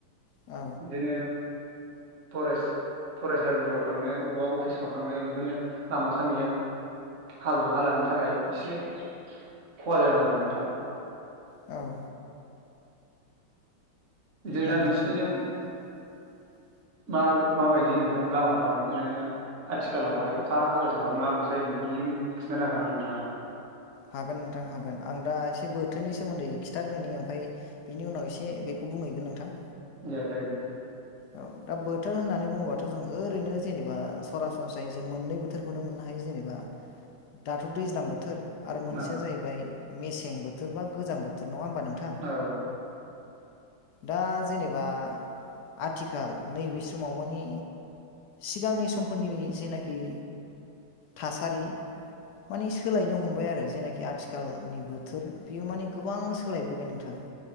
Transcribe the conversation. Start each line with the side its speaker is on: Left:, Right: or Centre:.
Left: औ
Right: बिदिनो फरेस्ट फरायसालिफ्राव थांनो अबावबा अफिसफ्राव थांनो बेफोरनो लामा सामायाव हाब्रु हालानि थाखाय एसे खहा जादों आरो नोंथां।
Left: औ
Right: जेब्ला
Left: नंगौ
Right: नोंसिनिजों
Left: <inaudible>
Right: मा माबायदि नोंथां लामाफ्रा बिदिनो आथिखालावहाय अखा हाबाय थाबाय माबोरै जायो नोंथांमोननि खिन्थानो हागोन नामा नोंथांङा।
Left: हागोन नोंथां हागोन आं दा एसे बोथोरनि सोमोन्दै खिथाग्रोनि ओमफ्राय बिनि उनाव एसे बेखौ बुंहैगोन नोंथां।
Right: दे जायो नोंथां
Left: औ दा बोथोर होननानै बुङोबाथ जों ओरैनो जेनेबा सरासनस्रायै जों मोननै बोथोर बेखौनो मोननो हायो जेनेबा दाथ दैज्लां बोथोर आरो मोनसेया
Right: औ
Left: जाहैबाय मेसें बोथोर बा गोजां बोथोर नङा होमबा नों थां
Right: औ
Left: दा जेनबा आथिखाल नैबे समाव माने सिगांनि समफोरनि जेनाखि थासारि माने सोलायनो हमबाय आरो जेनाखि आथिखालनि बोथोर बेयो माने गोबां सोलायबोबाय नोंथां। <inaudible>